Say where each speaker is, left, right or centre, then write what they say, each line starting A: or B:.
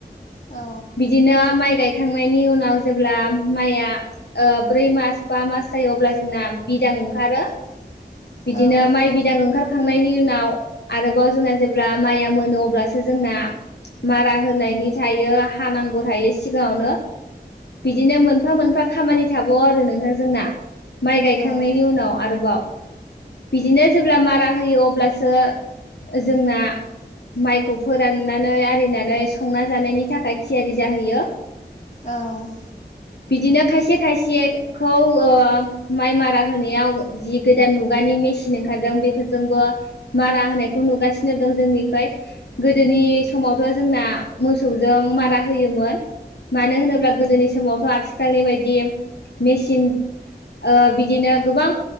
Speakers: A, on the left (about 45°); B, on the left (about 75°).
A: औ
B: बिदिनो माइ गायखांनायनि उनाव जेब्ला माया ओ ब्रै मास बा मास जायो अब्ला जोंना बिदां ओंखारो ।
A: <unintelligible>
B: बिदिनो
A: औ
B: माइ बिदां ओंखार खांनायनि उनाव आरोबाव जोंना जेब्ला माइया मोनो अब्लासो जोंना मारा होनो होननायनि थायो हानांगौ थायो सिगाङावनो बिदिनो मोनफा मोनफा खामानि थाबाव आरो नोंथांजोंना । माइ गायखांनायनि
A: औ
B: उनाव आरोबाव बिदिनो जेब्ला मारा होयो अब्लासो जोंना माइखौ फोराननानै आरिनानै संना जानायनि थाखाय थियारि जाहैयो ।
A: औ ।
B: बिदिनो खायसे खायसेखौ ओ माइ मारा होनायाव जि गोदान मुगानि मेसिन ओंखारदों बेफोरजोंबो मारा होनायखौ नुगासिनो दं जोंनिखै गोदोनि समावथ' जोंना मोसौजों मारा होयोमोन । मानो होनोब्ला गोदोनि समावथ' आथिखालनि बायदि मेचिन ओ बिदिनो गोबां